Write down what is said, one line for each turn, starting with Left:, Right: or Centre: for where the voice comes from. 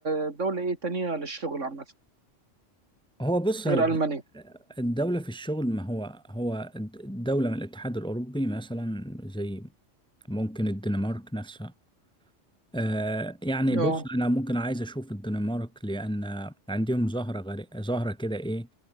Right: آه، دوله ايه تانية للشغل عامه
Centre: هو بص آه،
Right: غير المانيا
Centre: الدولة في الشغل ما هو هو د- دولة من الاتحاد الأوروبي مثلا زي ممكن الدنمارك نفسها آه، يعني بص
Right: اه
Centre: أنا ممكن عايز أشوف الدنمارك لأن عندهم ظاهرة غري... ظاهرة كده إيه